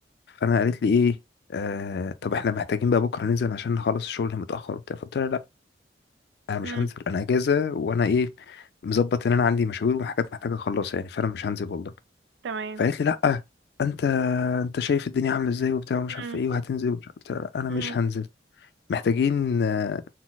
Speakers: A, on the left; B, on the right.
A: فانا قالت لي ايه آه طب احنا محتاجين بقى بكره ننزل عشان نخلص الشغل متاخر وبتاع فقلت لها لا انا مش
B: امم
A: هنزل انا اجازه وانا ايه مظبط ان انا عندي مشاوير وحاجات محتاجه اخلصها يعني فانا مش هنزل والله
B: تمام
A: فقالت لي لا انت انت شايف الدنيا عامله ازاي وبتاع ومش
B: امم
A: عارف ايه وهتنزل ومش عارف إيه. قلت لها لا، انا
B: امم
A: مش هنزل محتاجين آه،